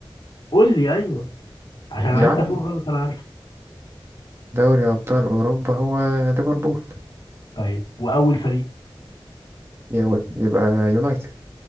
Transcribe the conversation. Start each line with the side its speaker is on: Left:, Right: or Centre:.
Left: قول لي ايوه عشان انت
Right: يا عم
Left: هتقول غلط انا عارف
Right: دوري أبطال أوروبا هو ليفربول
Left: طيب واول فريق
Right: يا- يبقى يونايتد